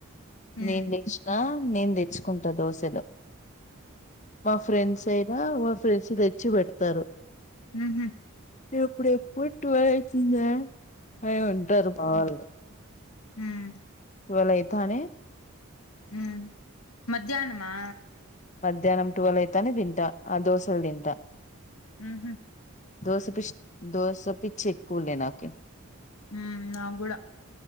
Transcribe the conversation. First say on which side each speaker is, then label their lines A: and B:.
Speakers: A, on the left; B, on the left.
A: ఉమ్
B: నేను లేషిన నేను దెచ్చుకుంటా దోశలు మఫ్ ఫ్రెండ్స్ అయినా వాళ్ ఫ్రెండ్స్ తెచ్చి పెడ్తారు
A: ఉమ్ ఉమ్
B: ఎప్పుడు ఎప్పుడ్ టువల్ అయితుందా అయ్ ఉంటరు మా వాళ్ళు
A: మ్మ్
B: వాళ్లు ఐతానే
A: మ్మ్ మధ్యాహ్నమా
B: ధ్యానం టువల్ అయితానే తింటా ఆ దోశల్ తింటా
A: మ్మ్ హ్మ్
B: దోసపిచ్ దోసపిచ్చి ఎక్కువలే నాకి
A: హ్మ్ నాగ్గూడ